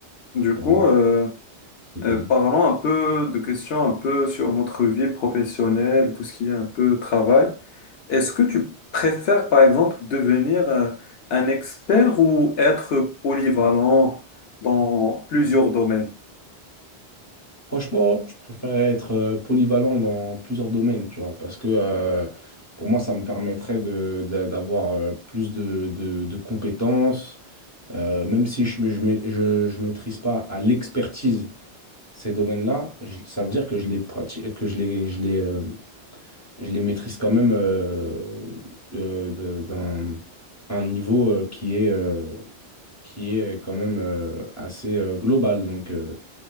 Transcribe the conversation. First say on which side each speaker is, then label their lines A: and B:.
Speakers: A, on the left; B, on the left.
A: Du
B: euh,
A: coup,
B: me
A: euh,
B: poser des
A: euh,
B: thèmes.
A: parlons un peu de questions un peu sur notre vie professionnelle, tout ce qui est un peu travail. Est-ce que tu préfères, par exemple, devenir euh, un expert ou être polyvalent dans plusieurs domaines?
B: Franchement, je préférerais être euh, polyvalent dans plusieurs domaines, tu vois, parce que euh, pour moi, ça me permettrait de, d'a- d'avoir euh, plus de, de, de compétences, euh, même si je, ne je, ma- je, je maîtrise pas à l'expertise. Ces domaines-là, je- ça veut dire que je les pratique, que je les, je les, euh, je les maîtrise quand même euh, euh, de- d'un un niveau euh, qui est, euh, qui est quand même euh, assez euh, global. Donc, euh,